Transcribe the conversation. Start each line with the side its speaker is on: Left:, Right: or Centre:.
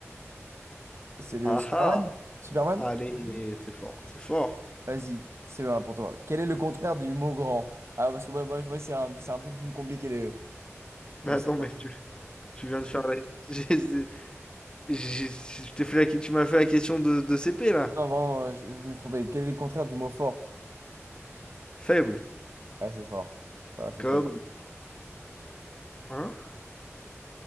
Right: C'est le
Left: Ah
Right: Superman?
Left: ah!
Right: Superman?
Left: Allez, c'est fort, c'est fort.
Right: Vas-y, c'est bon pour toi. Quel est le contraire du mot grand? Ah, parce que ouais, moi, je vois, c'est un, c'est un peu plus compliqué le,
Left: Mais
Right: le
Left: attends,
Right: Superman.
Left: mais tu tu viens de faire la <laughs> j'ai j'ai j'ai je t'ai fait la ques tu m'as fait la question de de CP là.
Right: Non, vraiment, euh, je, je me suis trompé. Quel est le contraire du mot fort?
Left: Faible,
Right: Ah, c'est fort. Ah, c'est
Left: comme
Right: faible.
Left: hein?